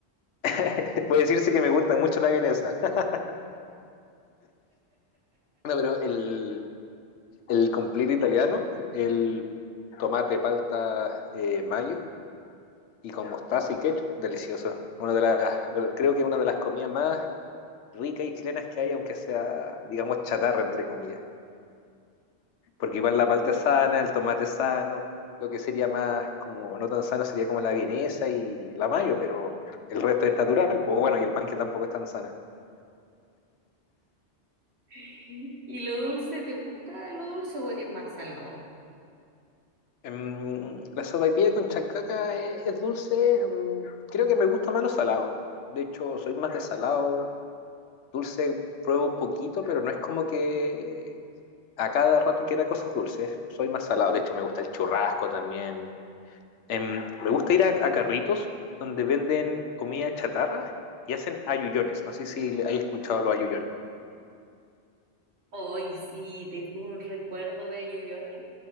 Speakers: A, on the left; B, on the right.
A: <laughs> Puede decirse que me gusta mucho la vienesa. <laughs> No, pero el, el completo italiano, el tomate, palta, eh, mayo y con mostaza y ketchup, delicioso. Una de las, creo que es una de las comidas más ricas y chilenas que hay, aunque sea, digamos, chatarra, entre comillas. Porque igual la palta es sana, el tomate es sano, lo que sería más como, no tan sano sería como la vienesa y la mayo, pero el resto es natural, pues bueno, y el pan que tampoco es tan sano.
B: <laughs> ¿Y lo dulce, te gusta lo dulce o eres más salado?
A: Em, la sopaipilla con chancaca es, es dulce, em, creo que me gusta más lo salado. De hecho, soy más de salado, dulce pruebo un poquito, pero no es como que a cada rato quiera cosas dulces. Soy más salado. De hecho, me gusta el churrasco también. Em, me gusta ir a, a carritos donde venden comida chatarra y hacen ayuyones. No sé si hay escuchado los ayuyones.
B: Hoy sí, tengo un recuerdo de Ayuyone,